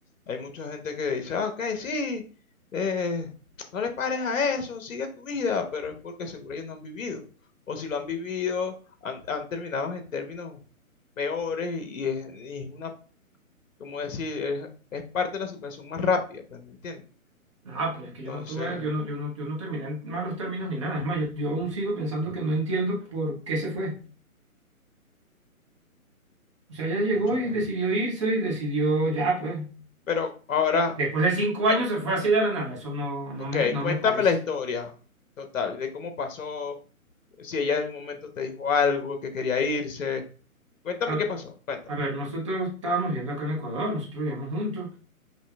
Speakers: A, on the left; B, on the right.
A: Hay mucha gente que dice, ah, ok, sí, eh, no le pares a eso, sigue tu vida, pero es porque seguro ellos no han vivido. O si lo han vivido, han, han terminado en términos peores y es, y es una, como decir, es, es parte de la superación más rápida, pues, ¿me entiendes?
B: No, pero es
A: Entonces,
B: que yo no tuve, yo no, yo no, yo no terminé en malos términos ni nada. Es más, yo, yo aún sigo pensando que no entiendo por qué se fue. O sea, ella llegó
A: cónchale.
B: y decidió irse y decidió ya, pues.
A: Pero ahora,
B: Después de cinco
A: cue-
B: años se fue así de la nada. Eso no, no
A: Ok,
B: me, no
A: cuéntame
B: me parece.
A: la historia total, de cómo pasó, si ella en algún momento te dijo algo, que quería irse. Cuéntame
B: A ver,
A: qué pasó, cuéntame.
B: a ver, nosotros estábamos viendo acá en Ecuador, nosotros vivíamos juntos